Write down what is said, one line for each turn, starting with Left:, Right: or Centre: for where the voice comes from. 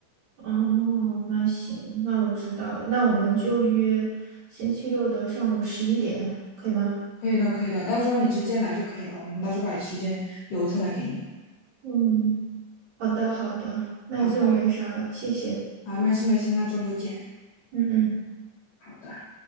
Right: 哦，那行，那我知道了。那我们就约星期六的上午十一点，可以吗？
Left: 可以的，可以的，到时候你直接来就可以了。我们到时候把时间留出来给你。
Right: 嗯，好的好的，那就没啥了，
Left: 好的，
Right: 谢谢。
Left: 啊，没事没事，那周六见。
Right: 嗯嗯。
Left: 好的。